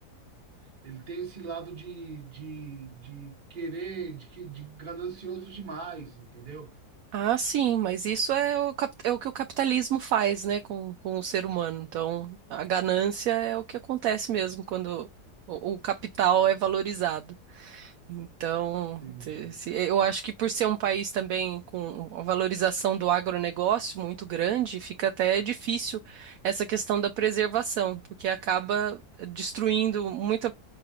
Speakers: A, on the right; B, on the right.
A: ele tem esse lado de, de, de querer, de, que- de ganancioso demais, entendeu?
B: Ah, sim, mas isso é o, cap- é o que o capitalismo faz, né, com, com o ser humano. Então, a ganância é o que acontece mesmo quando o o capital é valorizado. Então,
A: Entendi.
B: te- se- eh, eu acho que por ser um país também com a valorização do agronegócio muito grande, fica até difícil essa questão da preservação, porque acaba destruindo muita